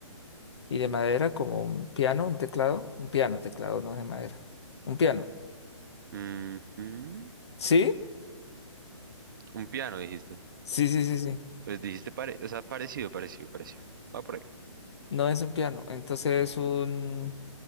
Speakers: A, on the left (about 60°); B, on the right (about 40°).
A: Y de madera como un piano, un teclado. Un piano, teclado no es de madera. Un piano.
B: Ujú.
A: ¿Sí?
B: Un piano, dijiste.
A: Sí, sí, sí, sí.
B: Pues dijiste, pare- o sea, parecido, parecido, parecido. Va por ahí.
A: No es un piano, entonces es un...